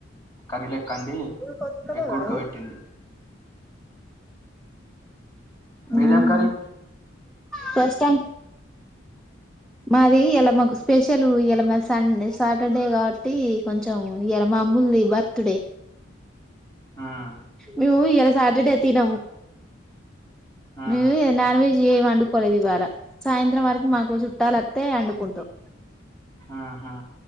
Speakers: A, on the left; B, in the centre.
A: కర్రీ లెక్క అండి
B: నీకు ఒత్తుత లేదా
A: ఎగ్ ఉడకబెట్టింది
B: అది
A: మీదేం
B: నన్నా
A: కర్రీ
B: ఫస్ట్ టైం మాది ఇయాల మాకు స్పెషల్ ఇయాల మాది సంద్ సాటర్డే కాబట్టి కొంచెం ఇయాల మా ఉంది బర్త్ డే
A: హ్మ్
B: మేము ఇయాలా సాటర్డే తినము
A: హ్మ్
B: మేం నాన్ వెజ్ ఏం వండుకోలేదు ఇవాళ సాయంత్రం వరకు మాకు చుట్టాలొత్తే వండుకుంటాం
A: ఆహా